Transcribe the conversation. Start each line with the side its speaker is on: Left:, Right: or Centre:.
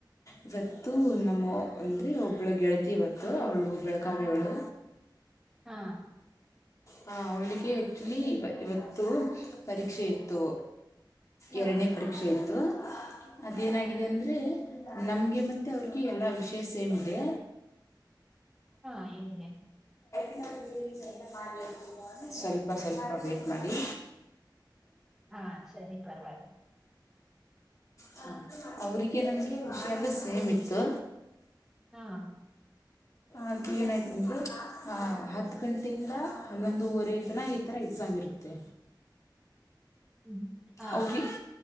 Left: ಇವತ್ತು ನಮ್ಮ ಅಂದ್ರೆ ಒಬ್ಬಳು ಗೆಳತಿ ಇವತ್ತು ಅವ್ಳು ಬೆಳಗಾವಿ ಅವ್ಳು
Centre: ಹಾ
Left: ಹಾ ಅವ್ಳಿಗೆ ಆ್ಯಕ್ಚುಲಿ ಇವತ್ತು ಪರೀಕ್ಷೆ ಇತ್ತು
Centre: ಹಾ
Left: ಎರ್ಡನೇ ಪರೀಕ್ಷೆ ಇತ್ತು ಅದೇನಾಗಿದೆ ಅಂದರೆ ನಮ್ಗೆ ಮತ್ತೆ ಅವ್ರಿಗೆ ಎಲ್ಲ ವಿಷ್ಯ ಸೇಮ್ ಇದೆ
Centre: ಹಾ ಹೇಳಿ
Left: <unintelligible> ಸ್ವಲ್ಪ ಸ್ವಲ್ಪ ವೇಟ್ ಮಾಡಿ
Centre: ಹಾ ಸರಿ ಪರವಾಗಿ
Left: ಹಾಂ ಅವ್ರಿಗೆ ನಮ್ಗೆ ವಿಷ್ಯ ಎಲ್ಲ ಸೇಮ್ ಇತ್ತು
Centre: ಹಾ
Left: ಅದು ಏನಾಯ್ತುಂದ್ರರೆ ಹತ್ತು ಗಂಟೆಯಿಂದ ಹನ್ನೊಂದೂವರೆ ತನ ಈ ಥರ ಎಕ್ಸಾಮ್ ಇರುತ್ತೆ
Centre: ಹ್ಮ್ ಹಾ
Left: ಅವ್ರಿಗೆ